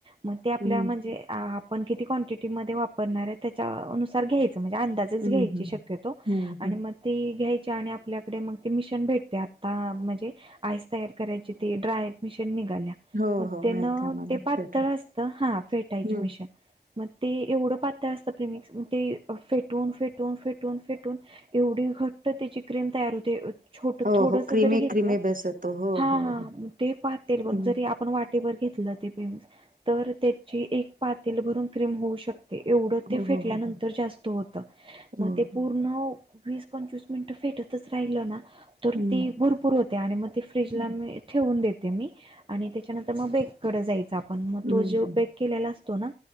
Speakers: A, on the right; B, on the right.
A: मग आपल्या
B: हम्म
A: म्हणजे आप पण किती क्वांटिटी मध्ये वापरणार आहे त्याच्यानुसार घ्यायचं म्हणजे अंदाज रिच
B: हम्म
A: घ्यायच
B: हम्म
A: शकेतो
B: हम्म
A: आणि
B: हम्म
A: मग ती घ्यायची आणि आपल्याकडे मग ते मिशन भेटते आत्ता म्हणजे आईस तयार करायची ती ड्रायट मशिन निघाल्या
B: हो
A: मग
B: हो
A: तेन
B: माहित आहे मला
A: ते पातळ
B: पेटो
A: असतं हा फेटायची
B: हम्म
A: मशिन मग ते एवढं पातळ असतं प्रेमिक्स मग ते फेट फेटून फेटून फेटून फेटून एवढी घट्ट त्याची क्रीम तयार होते छोटं
B: हो
A: थोडसं
B: हो क्रिमी
A: जरी घेतलं
B: क्रिमी
A: ना
B: बेस येतो हो
A: हा
B: हो हो
A: ते पातेल
B: क्रिमी
A: पण जरी आपण वाट ते वर घेतलं ते पिंच तर त्याची एक पातेल भरून क्रिम होऊ शक एवढं
B: हो
A: ते फेटल्यानंतर
B: हो हो हो
A: जास्त होतं मग
B: हो
A: ते पू वीस पंचवीस मिनिट फेटतच राहिलं ना तर
B: हम्म
A: ते भरपूर हो त्या अन् आणि मग ते फ्रीजला
B: हम्म
A: मी ठेवून देते मी आणि त्याच्यानंतर मग बेककडं जायचं आप पण मग
B: हम्म
A: तो जो बेक केलेला असतो ना